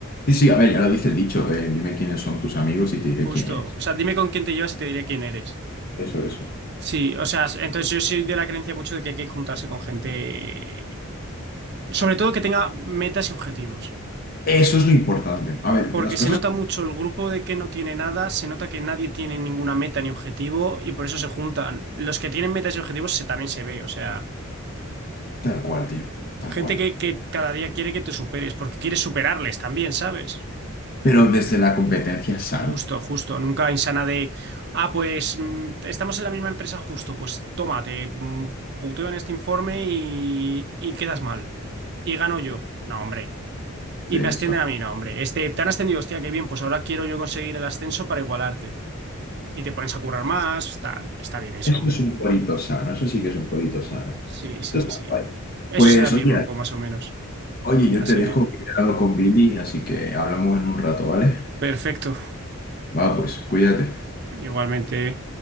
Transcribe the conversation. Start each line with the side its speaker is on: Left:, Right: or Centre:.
Left: Sí, sí, a ver, ya lo dice el dicho, eh, dime quiénes son tus amigos y te diré
Right: Justo.
Left: quién eres.
Right: O sea, dime con quién te llevas y te diré quién eres.
Left: Eso, eso.
Right: Sí, o sea, entonces yo soy de la creencia mucho de que hay que juntarse con gente, sobre todo que tenga metas y objetivos,
Left: Eso es lo importante. A ver,
Right: porque
Left: las cosas
Right: se nota mucho el grupo de que no tiene nada, se nota que nadie tiene ninguna meta ni objetivo y por eso se juntan. Los que tienen metas y objetivos se, también se ve, o sea,
Left: tal cual, tío, tal
Right: gente
Left: cual.
Right: que, que cada día quiere que te superes, porque quieres superarles también, ¿sabes?
Left: Pero desde la competencia sana.
Right: Justo, justo, nunca insana de, ah, pues mm, estamos en la misma empresa justo, pues tómate, puteo en este informe y, y quedas mal. Y gano yo. No, hombre.
Left: Sí,
Right: Y
Left: eso.
Right: me ascienden a mí, no, hombre. Este, te han ascendido, hostia, qué bien, pues ahora quiero yo conseguir el ascenso para igualarte. Y te pones a currar más, tal. Está bien eso,
Left: Eso
Right: hombre.
Left: es un corito sano, eso sí que es un corito sano.
Right: Sí, sí,
Left: Esto está
Right: sí.
Left: guay.
Right: Eso
Left: Pues
Right: será mi
Left: oye,
Right: grupo, más o menos.
Left: oye, yo
Right: Así
Left: te dejo
Right: que,
Left: que he quedado con Billy, así que hablamos en un rato, ¿vale?
Right: perfecto.
Left: Va, pues, cuídate.
Right: Igualmente.